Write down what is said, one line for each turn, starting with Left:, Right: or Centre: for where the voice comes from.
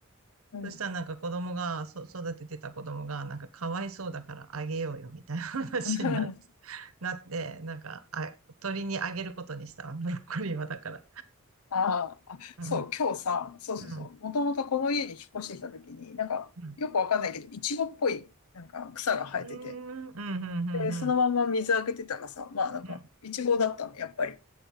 Left: た。うん。
Right: そしたらなんか子供が、そ、育ててた子供が、なんかかわいそうだからあげようよ、みたいな話になって、
Left: <laughs>
Right: なって、なんか、あ、鳥にあげることにしたわ。ブロッコリーはだから。
Left: あーあ、
Right: うん。
Left: そう、今日さ、そうそうそう、
Right: うん。
Left: もともとこの家に引っ越してきた時に、なんか、
Right: うん。
Left: よくわかんないけど、イチゴっぽい、なんか草が生えてて、
Right: うーん。うん。うん。うん。
Left: で、そのまま水あげてたらさ、
Right: うん。
Left: まあなんか、
Right: うん。
Left: イチゴだったの、やっぱり。